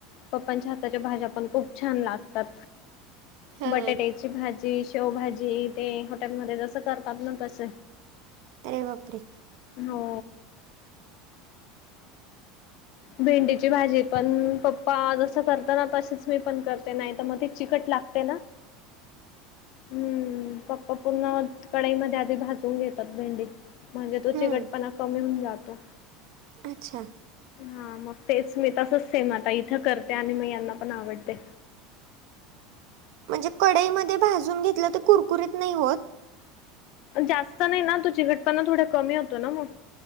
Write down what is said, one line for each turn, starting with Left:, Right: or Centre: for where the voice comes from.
Left: पप्पांच्या हाताच्या भाज्या पण खूप छान लागतात.
Right: हा
Left: बटाट्याची भा शेवभाजी ते हॉटेलमध्ये जसं करतात ना तस.
Right: अरे बापरे.
Left: हो. भेंडी ची भाजी पण पप्पा जस करत ना तसच मी पण करते नाय तर मग ती चिकट लागते ना. हम्म पप्पा पूर्ण कडाई मध्ये आधी भाजून घेतात भेंडी. म्हणजे तो
Right: हम्म
Left: चिकटपणा कमी होऊन जातो.
Right: अच्छा.
Left: हा मग तेच मी तसंच सेम आता इथं करते आणि मग यांना पण आवडते.
Right: म्हणजे कडईमध्ये भाजून घेतलं तर कुरकुरीत नाय होत?
Left: जास्त नाय ना तो चिकटपणा थोडं कमी होतो ना मग.